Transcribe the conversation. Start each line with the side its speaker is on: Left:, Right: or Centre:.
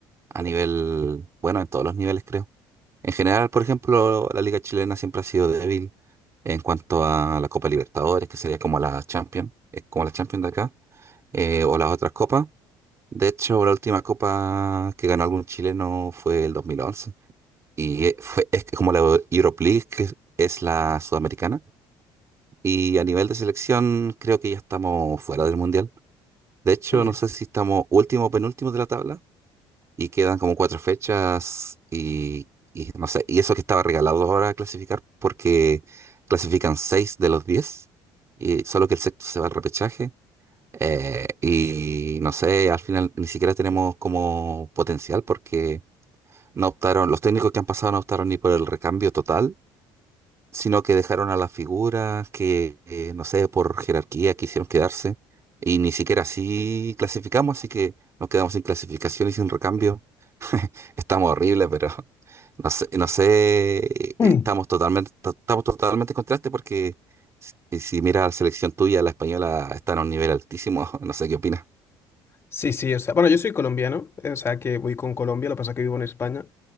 Right: a nivel, bueno, en todos los niveles, creo. En general, por ejemplo, la liga chilena siempre ha sido débil en cuanto a la Copa Libertadores, que sería como la Champions, es como la Champions de acá, eh, o las otras copas. De hecho, la última copa que ganó algún chileno fue el 2011. Y eh, fue, es como la Europe League, que es es la sudamericana. Y a nivel de selección, creo que ya estamos fuera del mundial. De hecho,
Left: ¿no? Mm.
Right: no sé si estamos último o penúltimo de la tabla y quedan como cuatro fechas y, y no sé, y eso que estaba regalado ahora a clasificar porque clasifican seis de los diez y solo que el sexto se va al repechaje. eh, y no sé, al final ni siquiera tenemos como potencial porque no optaron, los técnicos que han pasado no optaron ni por el recambio total sino que dejaron a las figuras que, eh, no sé, por jerarquía quisieron quedarse y ni siquiera así clasificamos, así que nos quedamos sin clasificación y sin recambio. Estamos horribles, pero <laughs> no sé, no sé, eh,
Left: Mm.
Right: estamos totalmente, to- estamos totalmente en contraste porque si, si mira la selección tuya, la española está en un nivel altísimo, <laughs> no sé qué opinas.
Left: Sí, sí, o sea, bueno, yo soy colombiano, eh, o sea que voy con Colombia, lo que pasa es que vivo en España,